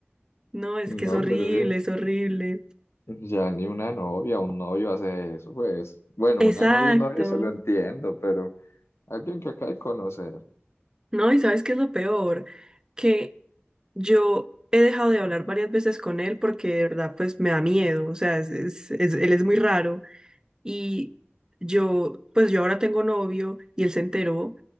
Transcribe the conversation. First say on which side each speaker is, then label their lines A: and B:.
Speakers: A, on the right; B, on the left.
A: No, es
B: no,
A: que es horrible,
B: pero
A: es horrible.
B: yo- ya ni una novia, un novio hace eso, pues, bueno,
A: Exacto.
B: una novia, un novio se lo entiendo, pero alguien que acaba de conocer,
A: No, y ¿sabes qué es lo peor? Que Yo he dejado de hablar varias veces con él porque de verdad pues me da miedo, o sea, es, es- es- él es muy raro y yo pues yo ahora tengo novio y él se enteró